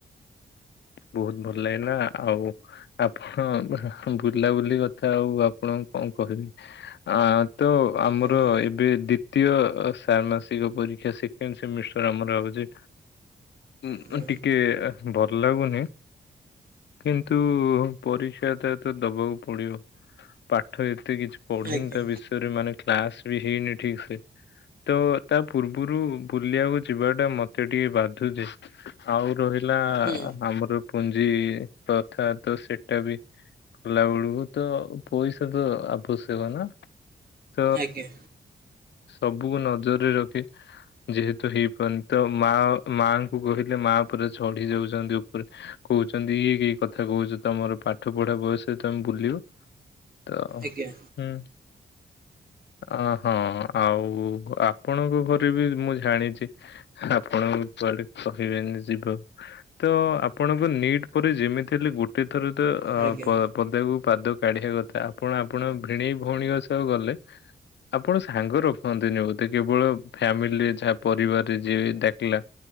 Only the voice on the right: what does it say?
ଆଜ୍ଞା।
ହୁଁ
ଆଜ୍ଞା
ହୁଁ
ଆଜ୍ଞା
ଆଜ୍ଞା
ଆଜ୍ଞା